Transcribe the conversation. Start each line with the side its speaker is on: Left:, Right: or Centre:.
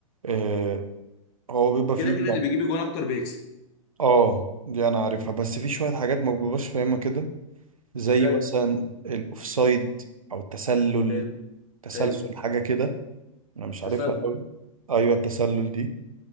Right: آه هو بيبقى
Left: كده
Right: فيه
Left: كده
Right: يعني
Left: اللي بيجيب جون اكتر بيكسب
Right: اه دي انا عارفها بس في شوية حاجات ما ببقاش فاهمها كده زي
Left: ازاي
Right: مثلا الاوفسايد او التسلل
Left: حلو
Right: تسلسل
Left: حلو
Right: حاجه كده انا مش
Left: تسلل
Right: عارفها قوي ايوه التسلل دي